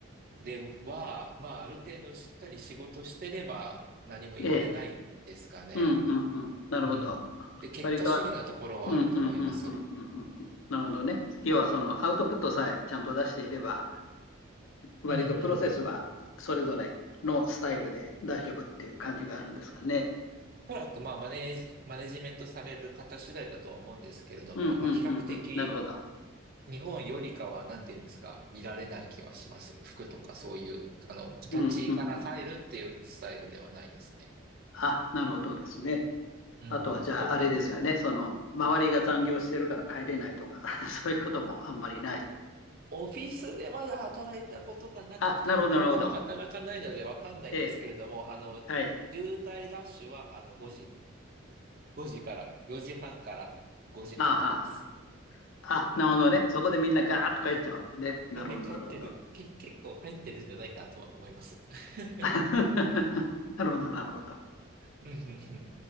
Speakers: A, on the right; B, on the left.
A: では、まあ、ある程度しっかり仕事してれば何も言われないですかね。
B: ええ。うんうんうん。なるほど。
A: うん。で、結果主義なところはあると思います。
B: 割と、うんうんうんうんうんうんうん。なるほどね。要はそのアウトプットさえちゃんと出していれば、割とプロセスはそれぞれのスタイルで大丈夫っていう感じがあるんですかね。
A: うんうん。おそらく、まあ、マネージ、マネジメントされる方次第だとは思うんですけれども、
B: うんうんうんうん。
A: まあ、比較的、
B: なるほど。
A: 日本よりかは、なんていうんですか、見られない気はします。服とかそういう、あの、形から入るっていうスタイルではないですね。
B: うんうんうん。あ、なるほどですね。
A: うんうん。
B: あとはじゃああれですよね。
A: ど、
B: その周りが残業してるから帰れないとか <laughs> そういうこともあんまりない
A: オフィスでまだ働いたことがなくて、
B: あ、
A: 多分今後も働かないのでわかんないんですけれども、
B: なるほど、なるほど。ええ、
A: あの、
B: はい。
A: 渋滞ラッシュはあの5時、5時から、4時半から5時半までです。
B: あはは。あ、なるほどね。そこでみんなガーッと帰っちゃうわけね。
A: うん。
B: なるほど、
A: なんで帰ってる、
B: なるほど。
A: け、結構帰ってるんじゃないかなとは思います。<laughs>
B: <laughs> なるほど、なるほど。
A: うんうんうん